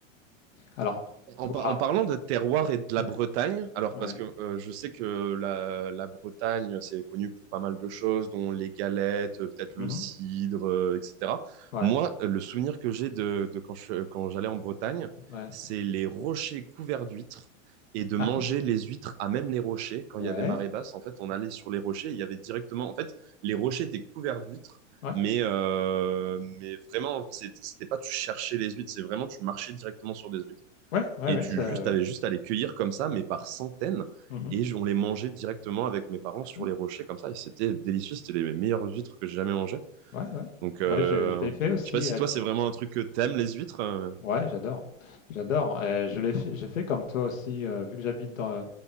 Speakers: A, on the left; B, on the right.
A: Alors,
B: En,
A: toi,
B: par- en parlant de terroir et de la
A: ouais,
B: Bretagne, alors
A: ouais,
B: parce que euh, je sais que la, la Bretagne, c'est connu pour pas mal de choses, dont les galettes, euh, peut-être le
A: mhm,
B: cidre, euh, etc.
A: ouais,
B: Moi, euh, le souvenir que j'ai de, de quand je- quand j'allais en Bretagne,
A: ouais,
B: c'est les rochers couverts d'huîtres et de manger
A: ah, ah,
B: les huîtres à même les rochers. Quand
A: ouais,
B: il y avait marée basse, en fait, on allait sur les rochers, il y avait directement, en fait, les rochers étaient couverts d'huîtres.
A: ouais,
B: Mais, euh, mais vraiment, c'était c'était pas tu cherchais les huîtres, c'est vraiment tu marchais directement sur des huîtres.
A: ouais, ouais,
B: Et
A: ouais,
B: tu
A: ça,
B: juste,
A: ouais,
B: avais juste à les cueillir comme ça, mais par centaines.
A: mhm,
B: Et je- on les mangeait directement avec mes parents
A: bien
B: sur
A: sûr,
B: les rochers comme ça. Et c'était délicieux. C'était les meilleures huîtres que j'ai jamais mangées.
A: ouais, ouais.
B: Donc, euh,
A: Ouais, je, je l'ai fait aussi
B: je sais pas si
A: à
B: toi, c'est vraiment un truc que t'aimes, les huîtres. euh.
A: Ouais, j'adore. J'adore. Euh, je l'ai fait, j'ai fait comme toi aussi, euh, vu que j'habite dans,